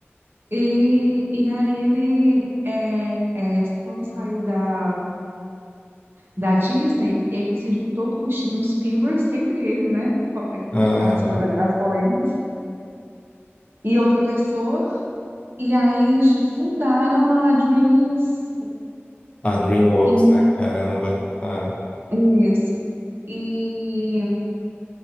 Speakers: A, on the right; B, on the left.
A: E, e aí ele, é, é, quando saiu da, da Disney, ele se juntou com o Steven Spielberg, sempre ele, né? po- é, que
B: Aham.
A: Participa das das polêmicas, e outra pessoa. E aí j- fundaram a DreamWorks
B: A DreamWorks,
A: E,
B: né? Caramba. Ah,
A: isso. E,